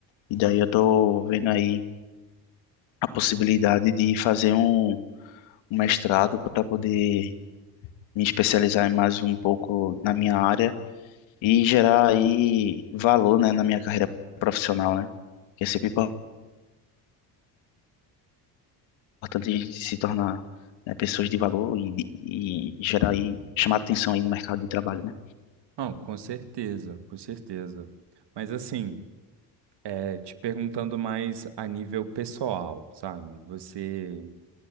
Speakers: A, on the left (about 70°); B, on the right (about 60°).
A: E daí eu tô vendo aí a possibilidade de fazer um, um mestrado para poder me especializar mais um pouco na minha área e gerar aí valor, né, na minha carreira profissional, né? Que é sempre importante a gente se tornar, né, pessoas de valor e, de- e gerar aí, chamar atenção aí no mercado de trabalho, né?
B: Não, com certeza, com certeza. Mas assim, é, te perguntando mais a nível pessoal, sabe? Você